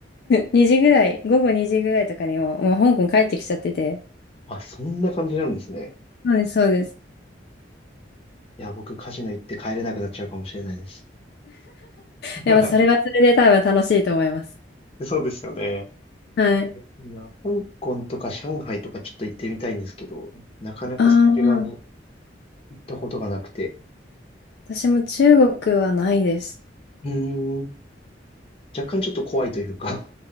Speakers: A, on the left (about 60°); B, on the left (about 30°).
A: 2時ぐらい、午後2時ぐらいとかにも、もう香港帰ってきちゃってて。
B: あ、そんな感じなんですね。
A: そうです、そうです。
B: いや、僕カジノ行って帰れなくなっちゃうかもしれないです。<laughs>
A: でも、それはそれで多分楽しいと思います。
B: そうですよね。
A: はい。
B: いや、香港とか上海とかちょっと行ってみたいんですけど、なかなかそっち側に
A: ああ、
B: 行ったことがなくて、
A: 私も中国はないです。
B: うーん、若干ちょっと怖いというか、